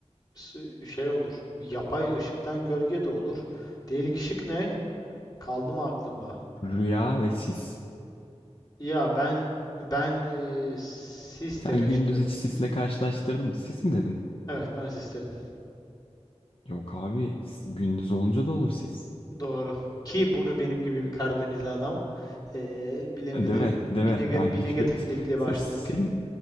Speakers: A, on the left; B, on the left.
A: s- şey olur bir yapay ışıktan gölge de olur. Değerik ışık ne? Kaldı mı aklında?
B: Rüya ve sis.
A: Ya ben ben e, sis
B: Sen
A: demek
B: gündüz
A: istiyorum.
B: hiç sisle karşılaştırdın mı? Sis mi dedin?
A: Evet ben sis dedim.
B: Yok abi s- gündüz olunca da olur sis.
A: Doğru. Ki bunu benim gibi bir Karadenizli adam eee, bilemedi.
B: Değil mi?
A: Bir,
B: Değil mi?
A: nega-
B: Ben
A: bir
B: hiçbir...
A: negatiflikle
B: Se-
A: başladık.
B: Senin,